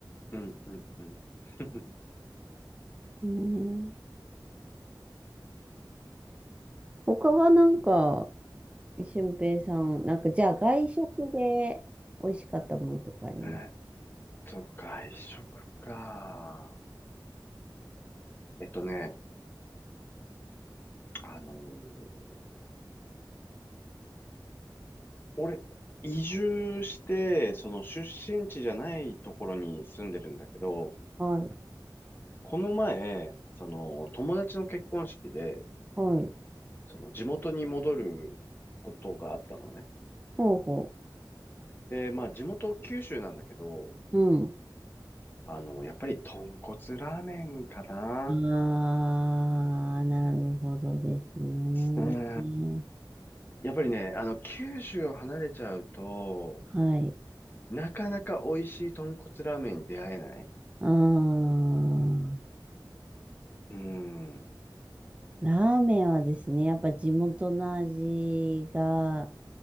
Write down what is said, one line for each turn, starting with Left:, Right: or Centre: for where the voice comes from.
Left: うんうんうん。<laughs>
Right: うーん。他はなんか、俊平さん、なんか、じゃあ外食で美味しかったものとかあります
Left: えーっと、外食か。えっとね、あのー俺、移住して、その出身地じゃないところに住んでるんだけど、
Right: はい。
Left: この前、その友達の結婚式で、
Right: はい。
Left: その地元に戻ることがあったのね。
Right: ほうほ
Left: で、まあ、地元九州なんだけど、
Right: う。うん。
Left: あの、やっぱり豚骨ラーメンかな。
Right: ああ、なるほどですね。
Left: うん。やっぱりね、あの、九州を離れちゃうと、
Right: はい。
Left: なかなか美味しい豚骨ラーメンに出会えない。
Right: ああ、
Left: うん。
Right: ラーメンはですね、やっぱ地元の味が、